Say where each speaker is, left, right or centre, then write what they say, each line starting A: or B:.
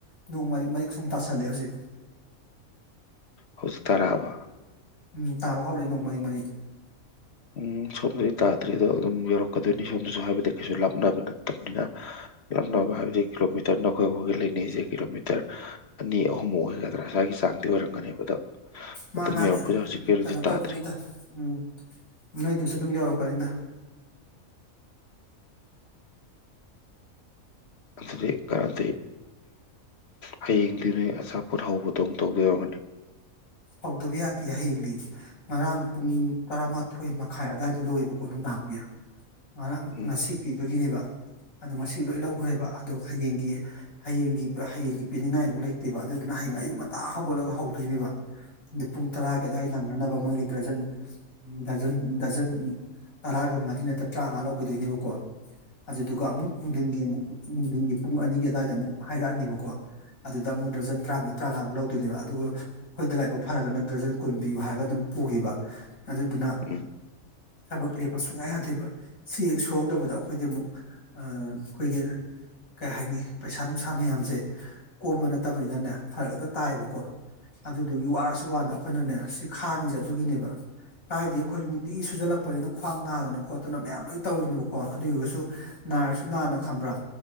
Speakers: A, on the left (about 80°); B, on the left (about 50°).
A: ꯅꯣꯡ ꯃꯔꯤꯛ ꯃꯔꯤꯛ ꯁꯨꯝ ꯇꯥꯁꯜꯂꯦ ꯍꯧꯖꯤꯛ
B: ꯍꯧꯖꯤꯛ ꯇꯔꯛ ꯑꯕꯥ
A: ꯎꯝ ꯇꯥꯕ ꯍꯧꯔꯦ ꯅꯣꯡ ꯃꯔꯤꯛ ꯃꯔꯤꯛ
B: ꯎꯝ ꯁꯣꯝꯗꯗꯤ ꯇꯥꯗ꯭ꯔꯤ ꯑꯗꯣ ꯑꯗꯨꯝ ꯌꯧꯔꯛꯀꯗꯣꯏꯅꯤ ꯁꯣꯝꯗꯁꯨ ꯍꯥꯏꯕꯗꯤ ꯀꯩꯁꯨ ꯂꯥꯞꯅꯕ ꯅꯠꯇꯕꯅꯤꯅ ꯌꯥꯝ ꯍꯥꯏꯕꯗꯤ ꯀꯤꯂꯣꯃꯤꯇꯔ ꯅꯈꯣꯏꯕꯨꯒ ꯂꯩꯅꯩꯁꯦ ꯀꯤꯂꯣꯃꯤꯇꯔ ꯑꯅꯤ ꯑꯍꯨꯝ ꯑꯣꯏꯒ ꯈꯔꯁꯥꯒꯤ ꯆꯥꯡꯗꯤ ꯑꯣꯏꯔꯝꯒꯅꯤꯕ ꯑꯗꯣ
A: ꯃꯥ
B: ꯑꯗꯨꯝ
A: ꯃꯥꯅꯦ
B: ꯌꯧꯔꯛꯄ ꯍꯧꯖꯤꯛꯀꯤꯔꯗꯤ
A: ꯀꯩꯅꯣ
B: ꯇꯥꯗ꯭ꯔꯤ
A: ꯎꯝ ꯅꯣꯏꯗꯁꯨ ꯑꯗꯨꯝ ꯌꯧꯔꯛꯀꯅꯤꯗ
B: ꯑꯗꯨ ꯀꯔꯗ ꯍꯌꯦꯡꯗꯤ ꯅꯣꯏ ꯑꯆꯥꯄꯣꯠ ꯍꯧꯕꯗꯧ ꯇꯧꯗꯣꯏ ꯑꯣꯏꯔꯝꯒꯅꯤ
A: ꯍꯧꯗꯕ ꯌꯥꯗꯦ ꯍꯌꯦꯡꯗꯤ ꯉꯔꯥꯡ ꯄꯨꯡ ꯇꯔꯥꯃꯥꯊꯣꯏ ꯃꯈꯥꯏ ꯑꯋꯥꯏꯗ ꯂꯣꯏꯌꯦꯕꯀꯣ ꯅꯨꯡꯗꯥꯡꯒꯤ ꯉꯔꯥꯟ
B: ꯎꯝ
A: ꯉꯁꯤ ꯄꯤꯕꯒꯤꯅꯦꯕ ꯑꯗꯣ ꯉꯁꯤ ꯂꯣꯏ ꯂꯧꯈ꯭ꯔꯦꯕ ꯑꯗꯣ ꯍꯌꯦꯡꯒꯤ ꯍꯌꯦꯡꯒꯤ ꯍꯌꯦꯡꯒꯤ ꯄꯤꯅꯤꯡꯉꯥꯏ ꯑꯃꯨꯛ ꯂꯩꯇꯦꯕ ꯑꯗꯨꯗꯨꯅ ꯍꯌꯦꯡ ꯑꯌꯨꯛ ꯉꯟꯇꯥ ꯍꯧꯒꯠꯂꯒ ꯍꯧꯗꯣꯏꯅꯦꯕ ꯑ ꯄꯨꯡ ꯇꯔꯥꯒꯤ ꯑꯋꯥꯏ ꯅꯪꯅꯅꯕ ꯃꯣꯏꯒꯤ ꯗ꯭ꯔꯖꯟ ꯗꯖꯟ ꯗꯖꯟ ꯇꯔꯥꯒ ꯃꯔꯤ ꯅꯠꯇ꯭ꯔ ꯇꯔꯥꯉꯥ ꯂꯧꯈꯤꯗꯣꯏꯅꯦꯕꯀꯣ ꯑꯗꯨꯗꯨꯒ ꯑꯃꯨꯛ ꯅꯨꯡꯊꯤꯟꯒꯤ ꯑꯃꯨꯛ ꯅꯨꯡꯊꯤꯟꯒꯤ ꯄꯨꯡ ꯑꯅꯤꯒꯤ ꯑꯗꯨꯋꯥꯏꯗ ꯑꯃꯨꯛ ꯍꯥꯏꯔꯛꯑꯅꯦꯕꯀꯣ ꯑꯗꯨꯗ ꯑꯃꯨꯛ ꯗꯖꯟꯔꯥꯅꯤ ꯇꯔꯥꯉꯃꯨꯛ ꯂꯧꯗꯣꯏꯕ ꯑꯗꯨꯒ ꯑꯩꯈꯣꯏꯗ ꯂꯥꯏꯕꯛ ꯐꯔꯒꯅ ꯗ꯭ꯔꯖꯟ ꯀꯨꯟ ꯄꯤꯌꯨ ꯍꯥꯏꯔꯒ ꯑꯗꯨꯝ ꯄꯨꯈꯤꯕ ꯑꯗꯨꯗꯨꯅ
B: ꯎꯝ
A: ꯊꯕꯛ ꯂꯦꯞꯄ ꯁꯨꯡꯉꯥꯏ ꯌꯥꯗꯦꯕ ꯁꯤ ꯍꯦꯛ ꯁꯨꯍꯧꯗꯕꯗ ꯑꯩꯈꯣꯏꯗꯤ ꯑꯃꯨꯛ ꯑꯩꯈꯣꯏꯒꯤ ꯀꯩ ꯍꯥꯏꯅꯤ ꯄꯩꯁꯥ ꯅꯨꯡꯁꯥ ꯊꯥꯡꯃꯤꯌꯥꯝꯁꯦ ꯀꯣꯝꯕ ꯅꯠꯇꯕꯅꯤꯅꯅꯦ ꯐꯔꯛ ꯍꯦꯛꯇ ꯇꯥꯏꯕꯀꯣ ꯑꯗꯨꯗꯨꯒꯤ ꯋꯥꯔꯁꯨ ꯋꯥꯅ ꯑꯩꯈꯣꯏꯅꯅꯦ ꯁꯤ ꯈꯥꯡꯉꯤꯁꯦ ꯑꯗꯨꯒꯤꯅꯦꯕ ꯀꯥꯏꯗ ꯑꯩꯈꯣꯏꯁꯨ ꯅꯨꯡꯇꯤ ꯁꯨꯖꯜꯂꯛꯄꯅꯤꯅ ꯈ꯭ꯋꯥꯡ ꯅꯥꯗꯅ ꯈꯣꯠꯇꯅ ꯃꯌꯥꯝ ꯂꯣꯏ ꯇꯧꯔꯤꯅꯦꯕꯀꯣ ꯑꯗꯨꯗꯨꯒꯁꯨ ꯅꯥꯔꯁꯨ ꯅꯥꯟꯅ ꯈꯪꯕ꯭ꯔꯥ